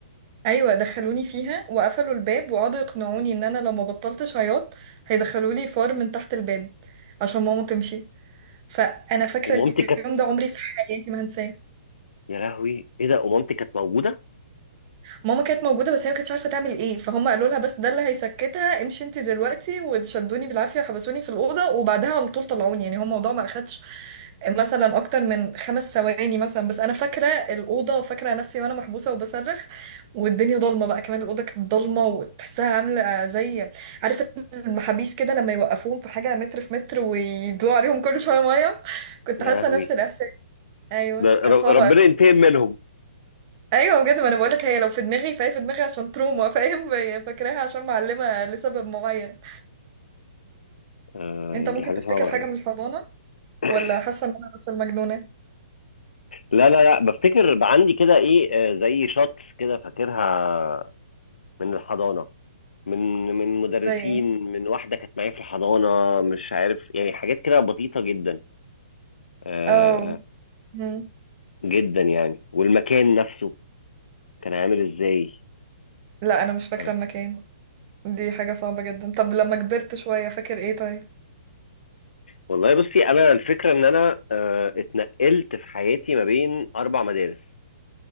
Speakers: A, on the right; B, on the left.
A: ايوه دخلوني فيها وقفلوا الباب وقعدوا يقنعوني ان انا لو ما بطلتش عياط هيدخلوا لي فار من تحت الباب عشان ماما تمشي فانا فاكره
B: ومامتي كانت
A: اليوم ده عمري في حياتي ما هنساه
B: يا لهوي ايه ده ومامتي كانت موجوده
A: ماما كانت موجودة بس هي ما كانتش عارفة تعمل ايه فهم قالوا لها بس ده اللي هيسكتها امشي انت دلوقتي وشدوني بالعافية حبسوني في الأوضة وبعدها على طول طلعوني يعني هو الموضوع ما أخدش مثلا أكتر من خمس ثواني مثلا بس أنا فاكرة الأوضة وفاكرة نفسي وأنا محبوسة وبصرخ والدنيا ضلمة بقى كمان الأوضة كانت ضلمة وتحسها عاملة زي عارف المحابيس كده لما يوقفوهم في حاجة متر في متر ويدلوا عليهم كل شوية مية كنت
B: يا
A: حاسة
B: لهوي
A: نفس الإحساس أيوه
B: ده ر-
A: كانت صعبة
B: ربنا ينتقم منهم
A: ايوه بجد ما انا بقولك هي لو في دماغي فهي في دماغي عشان تروما فاهم <laughs> هي فاكراها عشان معلمه لسبب معين
B: آه
A: انت ممكن
B: دي حاجه
A: تفتكر
B: صعبه
A: حاجه
B: قوي
A: من الحضانه
B: <coughs>
A: ولا حاسه ان انا بس المجنونه
B: لا لا لا بفتكر بقى عندي كده ايه آه، زي شوتس كده فاكرها من الحضانة من من مدرسين
A: زي ايه
B: من واحدة كانت معايا في الحضانة مش عارف يعني حاجات كده بسيطة جدا آه
A: اه مم.
B: جدا يعني والمكان نفسه كان عامل ازاي
A: لا انا مش فاكره
B: آه.
A: المكان دي حاجه صعبه جدا طب لما كبرت شويه فاكر ايه طيب
B: والله بصي انا الفكرة ان انا آه اتنقلت في حياتي ما بين اربع مدارس